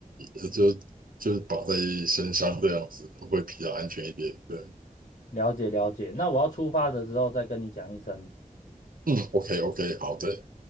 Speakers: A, on the right (about 80°); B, on the left (about 65°).
A: 呃就就是绑在身上这样子会比较安全一点。对，
B: 了解了解，那我要出发的时候再跟你讲一声。
A: 嗯，OK OK，好的。